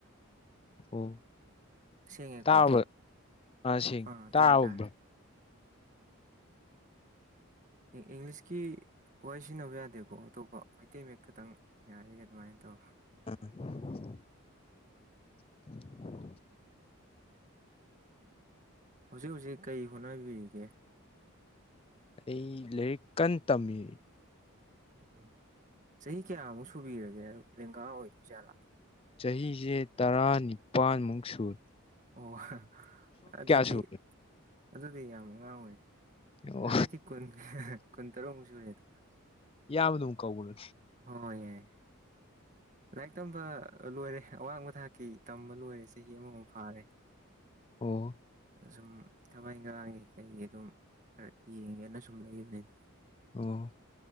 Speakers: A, on the left; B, on the right.
A: ꯑꯣ
B: ꯁꯦꯡꯉꯦꯀꯣ
A: ꯇꯥꯕꯔ‌ꯣ ꯑ ꯁꯤ
B: ꯑꯥ
A: ꯇꯥꯥꯕ
B: ꯇꯥꯔꯦ ꯇꯥꯔꯦ
A: <inaudible>
B: ꯏꯪ-ꯏꯪꯂꯤꯁꯀꯤ ꯋꯥꯍꯩ ꯁꯤꯖꯤꯟꯅꯕ ꯌꯥꯗꯦꯀꯣ ꯑꯇꯣꯞꯄ꯫ ꯃꯩꯇꯩ ꯃꯌꯦꯛ ꯈꯛꯇꯪ ꯌꯥꯔꯤꯒꯩ ꯑꯗꯨꯃꯥꯏ ꯇꯧꯔ‌ꯣ
A: ꯎꯝ <unintelligible>
B: ꯍꯧꯖꯤꯛ ꯍꯧꯖꯤꯛ ꯀꯩ ꯍꯣꯠꯅꯕꯤꯔꯤꯒꯦ꯫
A: ꯑꯩ ꯂꯥꯏꯔꯤꯛ ꯀꯟ ꯇꯝꯃꯤ
B: ꯎꯝ ꯆꯍꯤ ꯀꯌꯥꯃꯨꯛ ꯁꯨꯕꯤꯔꯒꯦ ꯂꯦꯡꯒꯥ ꯑꯣꯏꯗꯣꯏ ꯖꯥꯠꯂꯥ꯫
A: ꯆꯍꯤꯁꯦ ꯇꯔꯥꯅꯤꯄꯥꯟꯃꯨꯛ ꯁꯨꯔ
B: ꯑꯣ ꯑꯗꯨꯗꯤ
A: ꯁꯨꯔꯒꯦ
B: ꯑꯗꯨꯗꯤ ꯌꯥꯝ ꯑꯉꯥꯡ ꯑꯣꯏ
A: ꯑꯣ
B: ꯑꯩꯗꯤ ꯀꯨꯟ ꯀꯨꯟ ꯇꯔꯨꯛ ꯃꯨꯛ ꯁꯨꯔꯦꯗ
A: ꯏꯌꯥꯝꯕ ꯑꯗꯨꯝ ꯀꯧꯔꯒꯦ꯫
B: ꯍꯣꯏ ꯌꯥꯏ ꯂꯥꯏꯔꯤꯛ ꯇꯝꯕ ꯂꯣꯏꯔꯦ ꯑꯋꯥꯡꯕ ꯊꯥꯛꯀꯤ ꯇꯝꯕ ꯂꯣꯏꯔꯦ ꯆꯍꯤ ꯑꯃꯃꯨꯛ ꯐꯥꯔꯦ꯫
A: ꯑꯣ
B: ꯁꯨꯝ ꯊꯕꯛ ꯏꯪꯈꯥꯡꯒꯤ ꯀꯩꯒꯤ ꯑꯗꯨꯝ ꯈꯔ ꯌꯦꯡꯒꯦꯅ ꯁꯨꯝ ꯂꯩꯕꯅꯤꯗ꯫
A: ꯑꯣ